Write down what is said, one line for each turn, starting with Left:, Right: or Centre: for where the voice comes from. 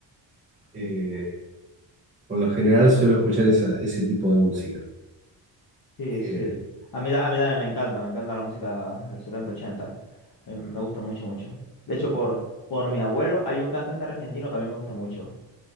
Right: eh, por lo general suelo escuchar esa- ese tipo de música.
Left: Sí,
Right: Eh,
Left: sí. A mí, da- a mí también me encanta, me encanta la música del setenta, ochenta. Me, me gusta mucho, mucho. De hecho, por, por mi abuelo hay un cantante argentino que a mí me gusta mucho.